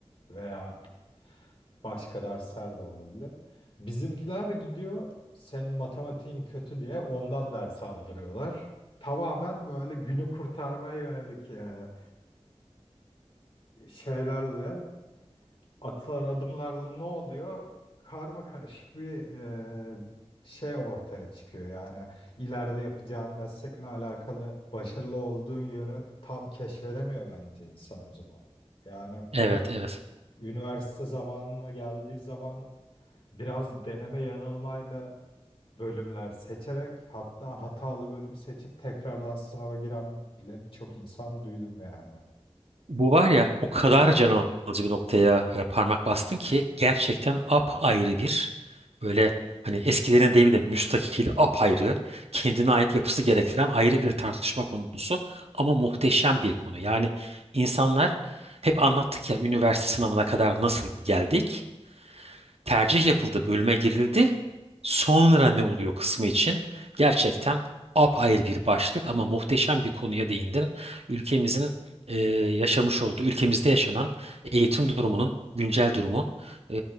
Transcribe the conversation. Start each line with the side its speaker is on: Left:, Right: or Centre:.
Left: veya Başka dersler de olabilir. Bizimkiler de gidiyor sen matematiğin kötü diye ondan ders aldırıyorlar. Tamamen böyle günü kurtarmaya yönelik e, şeylerle atılan adımlarla ne oluyor? Karma karışık bir e, şey ortaya çıkıyor yani. ileride yapacağın meslekle alakalı başarılı olduğun yönü tam keşfedemiyor bence insan o zaman. Yani bu
Right: Evet evet
Left: Üniversite zamanına geldiği zaman biraz deneme yanılmayla bölümler seçerek hatta hatalı bölüm seçip tekrardan sınava giren bile birçok insan duydum yani.
Right: Bu var ya o kadar can alıcı bir noktaya e, parmak bastın ki gerçekten apayrı bir böyle hani eskilerin deyimiyle müstakil apayrı kendine ait yapısı gerektiren ayrı bir tartışma konusu ama muhteşem bir konu. Yani insanlar hep anlattık ya üniversite sınavına kadar nasıl geldik? tercih yapıldı, bölüme girildi. Sonra ne oluyor kısmı için gerçekten apayrı bir başlık ama muhteşem bir konuya değindin. Ülkemizin e, yaşamış olduğu, ülkemizde yaşanan eğitim durumunun güncel durumu e,